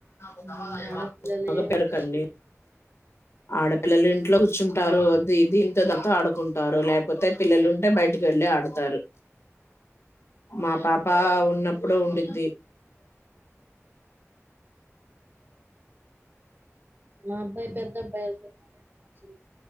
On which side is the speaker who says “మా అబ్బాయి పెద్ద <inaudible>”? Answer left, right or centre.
Right